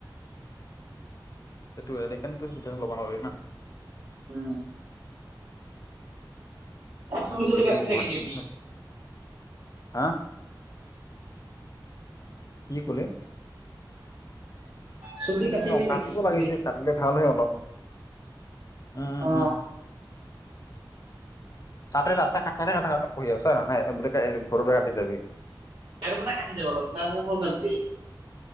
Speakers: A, on the left (about 45°); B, on the right (about 70°).
A: সেইটোকো লব হয় ন
B: অ চল
A: কাৰণ
B: চুলি
A: গেলি
B: কাটবি
A: গুৱাহাটী
B: নেকি জিলি
A: হা কি ক'লে
B: চুলি
A: তুলি
B: কাটিবি
A: অ কাটিব
B: নেকি চুলি
A: লাগিছে কাটিলে ভাল হয় অলপ উম উম
B: অ
A: উম তাতে ৰাতে কাটাই থ কথা পঢ়ি আছা নাই বুলি ঘৰ পৰা কাটি যাবি
B: ত পৰা কাটি যাবা চ ফোন ক দি